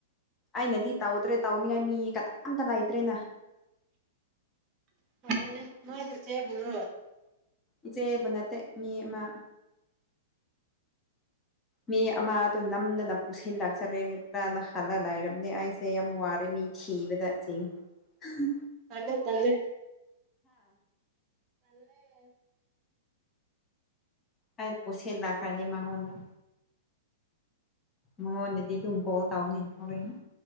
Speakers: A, on the left (about 15°); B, on the right (about 30°).
A: ꯑꯩꯅꯗꯤ ꯇꯧꯗ꯭ꯔꯦ ꯇꯧꯅꯤꯡꯉꯥꯏ ꯃꯤ ꯀꯅꯥꯝꯇ ꯂꯩꯇ꯭ꯔꯦꯅ
B: <unintelligible> <unintelligible> <unintelligible>
A: ꯏꯆꯦꯕ ꯅꯠꯇꯦ ꯃꯤ ꯃꯥ ꯃꯤ ꯑꯃꯗꯣ ꯅꯝꯗꯅ ꯄꯨꯁꯤꯜꯂꯛꯆꯔꯦꯀ꯭ꯔꯥꯅ ꯈꯜꯂ ꯂꯩꯥꯏꯔꯕꯅꯦ ꯑꯩꯁꯦ ꯌꯥꯝ ꯋꯥꯔꯦ ꯃꯤ ꯊꯤꯕꯗ ꯊꯤꯕꯗ
B: ꯇꯥꯜꯂꯦ ꯇꯥꯜꯂꯦ
A: ꯑꯩꯥ ꯄꯨꯁꯤꯜ ꯂꯥꯛꯀꯥꯅꯤ ꯃꯉꯣꯟꯗ ꯃꯉꯣꯟꯗꯗꯤ ꯗꯨꯝ ꯀꯣꯜ ꯇꯥꯎꯅꯤ ꯍꯣꯔꯦꯅ